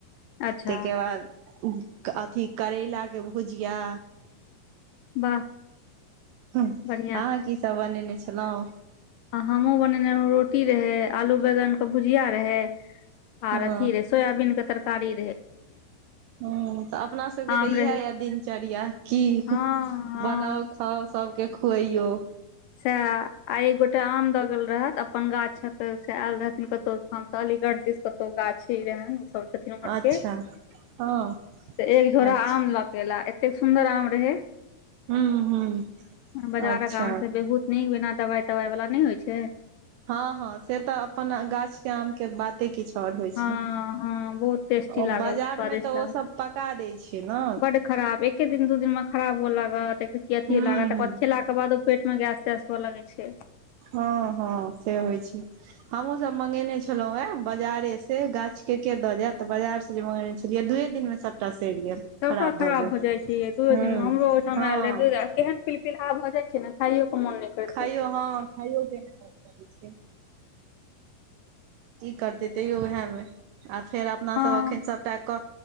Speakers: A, on the left; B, on the right.
A: अच्छा
B: तयके बाद अथी करैला के भुजिया।
A: वाह
B: अच्छा
A: बढ़िया
B: अहाँ की सब बनेने छलऊ।
A: आ हमहुँ बनेने रहौ, रोटी रहे, आलू बैगन के भुजिया रहे,
B: हँ
A: आर अथी रह सोयाबीनके तरकारी रहै।
B: हम्म त अपना सबके
A: आम
B: त इएह
A: रहै
B: यऽ दिनचर्या की
A: हँ हँ
B: बनाउ खाउ सबके खुअइयौ।
A: सैह आय एक गोटा आम दऽ गेल रहैथ, अपन गाछक से ऐल रहथिन कतहु ठाम स अलीगढ़ दिश कतौ गाछी रहैन। सब छथीन उमहरके,
B: अच्छा हँ
A: त एक झोरा
B: अच्छा
A: आम ल क ऐला एतेक सुन्दर आम रहै,
B: हूँ हूँ
A: बजारक
B: अच्छा
A: आम स बहुत नीक बिना दवाई-तवाई वला नहि होइ छै।
B: हँ-हँ से तऽ अपन गाछ के आम के बात ते किछ ओर होइ छै,
A: हँ हँ बहुत टेस्टी
B: ओ
A: लागल
B: बाजार
A: स्वादिष्ट
B: मे त
A: लागल
B: ओ सब पका दै छै न।
A: बड खराब एके दिन, दू दिन मे खराब हुअ लागत, देख- देख क अथिये
B: हूँ
A: लागत, तकरबाद
B: हूँ
A: खेलाके बादो पेट मे गैस-तैस हुअ लगै छै।
B: हँ-हँ से होइ छै। हमहुं सब मंगेने छलहुं हैं, बाजारे से गाछ के-के दऽ जायत त बाजार स जे मंगेने छलियै दूए दिन मे सबटा सइर गेल।
A: सबटा खराब
B: भऽ गेल
A: भ जाय छै यैं, दूए
B: हूँ
A: दिन मे हमरो ओहिठाम
B: हँ
A: आयल रहे दू द केहन पील पिलहा भऽ जाइ छै न खइयो मोन नहि करैत
B: खाइयो
A: रहै
B: हँ खाइयो के नहि मन करै छै। की करतै तैयो ओहै में, आ फेर अपनासभ
A: हँ
B: एखन सभटा कऽ